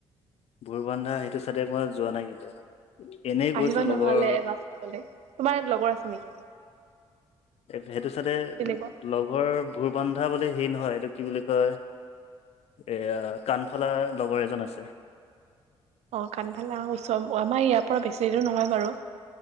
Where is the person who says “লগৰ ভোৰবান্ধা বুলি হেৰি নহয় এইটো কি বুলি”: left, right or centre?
Left